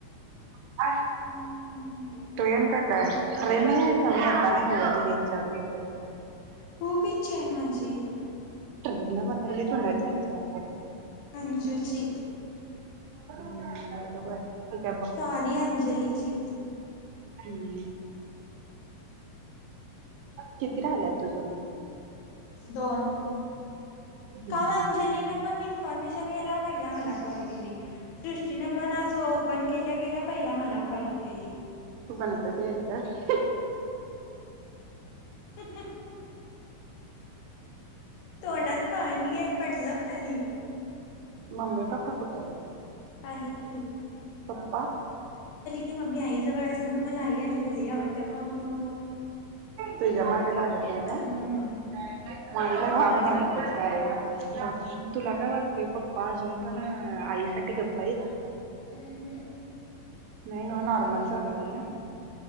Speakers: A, on the right; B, on the left.
A: <inaudible>
B: हम्म
A: ट्रेन का काय खरे नाही आहेय का मी आता नाही तुझी इच्छा होती. <inaudible>
B: खूप इच्छा आहे माझी
A: ट्रेनला बसायची कोणाची इच्छाय.
B: अंजुची.
A: हम्म बरोबर. आहे
B: सॉरी अंजलीची.
A: हम्. किती राहिल्यात तुझं?
B: दोन
A: हम्म
B: काल
A: हम्म.
B: अंजलीन- - पण इन्फॉर्मेशन घ्यायला पहिला मला कॉल केली. <inaudible> सृष्टीन पण आज ओपन केल्या केल्या पहिला मला कॉल केली.
A: तू <unintelligible>
B: <inaudible> तोंडात पाणी हाय पडलं खाली.
A: मम्मी पप्पा कुठं हाईत?
B: आहेत की ‌.
A: पप्पा.
B: की मम्मी आई जवळ असते म्हणून मला आई आलेली लय आवड -- <unintelligible> वाव वाव वाव
A: तुज्या माग -- लागत नाही ता
B: हम्म शांत
A: रहा म्हणाव
B: असते
A: हितचं कायमची. तुला काय वाटतंय पप्पा अजून पण अ् आईसाठी गप्प हाईत?
B: वु हुं.
A: नाही नाॅ नॉर्मल -- चालू हाय नव्हं?